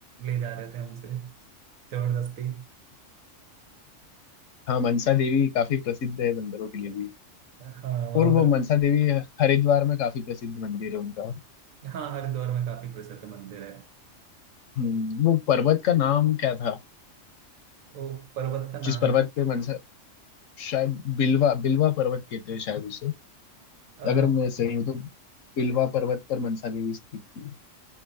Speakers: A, on the right; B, on the left.
A: ले जा रहे थे हमसे जबरदस्ती
B: हाँ मनसा देवी काफी प्रसिद्ध है बंदरों के लिए भी
A: हाँ वहां
B: और वो
A: पर
B: मनसा देवी हरिद्वार में काफी प्रसिद्ध मंदिर है उनका
A: हाँ हरिद्वार में काफी प्रसिद्ध मंदिर है
B: हम्म, वो पर्वत का नाम क्या था
A: वो पर्वत का
B: जिस
A: नाम
B: पर्वत पे मनसा शायद बिलवा बिलवा पर्वत कहते हैं शायद उसे
A: अ,
B: अगर मैं सही हूँ तो बिलवा पर्वत पर मनसा देवी स्थित थी